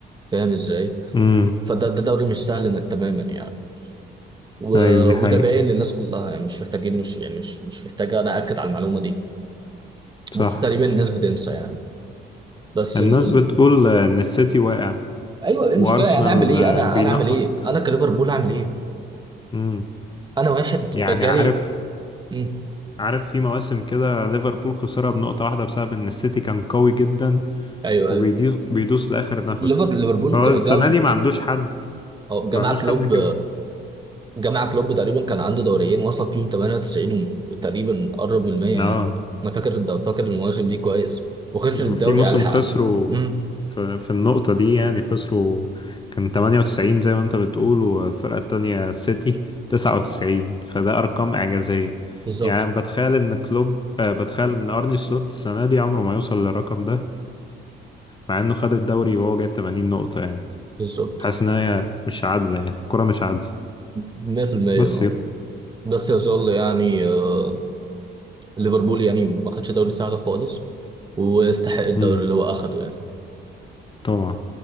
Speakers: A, on the right; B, on the left.
A: فاهم ازاي
B: امم
A: فده ده دوري مش سهل إن- تماما يعني و...
B: ايوه دي
A: وده
B: حقيقة
A: باين للناس كلها يعني مش محتاجين مش يعني مش مش محتاج انا اكد على المعلومه دي
B: صح
A: بس تقريبا الناس بتنسى يعني بس
B: الناس
A: ال... ال...
B: بتقول آه، ان السيتي واقع
A: ايوه ايه المشكله
B: وارسنال
A: يعني اعمل ايه
B: آه،
A: انا
B: بينقط
A: انا اعمل ايه انا كليفربول اعمل ايه
B: امم
A: انا واحد
B: يعني
A: جالي
B: عارف
A: مم.
B: عارف في مواسم كده ليفربول خسرها بنقطة واحدة بسبب إن السيتي كان قوي جدا
A: ايوه
B: وبيدوس
A: ايوه
B: بيدوس لآخر نفس
A: ليفر- ليفربول
B: هو
A: جا
B: السنة
A: جا
B: دي ما عندوش حد
A: جا
B: ما
A: مع
B: عندوش
A: كلوب
B: حد كده
A: جمع كلوب تقريبا كان عنده دوريين وصل فيهم 98 وتقريبا قرب من 100 يعني
B: اه
A: انا فاكر الد- فاكر المواسم دي كويس وخسر الدوري
B: وفي موسم
A: على حقها
B: خسروا
A: امم
B: في, في النقطة دي يعني خسروا كان 98 زي ما انت بتقول والفرقة التانية السيتي 99 فده أرقام إعجازية
A: بالظبط
B: يعني بتخيل إن كلوب آه بتخيل إن أرني سلوت السنة دي عمره ما يوصل للرقم ده مع إنه خد الدوري وهو جايب 80 نقطة يعني
A: بالظبط
B: حاسس ان هي مش عادله يعني الكره مش عادله
A: 100%
B: بس
A: اه
B: كده
A: بس يظل يعني آه، ليفربول يعني ما خدش دوري سهل خالص ويستحق الدوري
B: امم
A: اللي هو اخده يعني
B: طبعا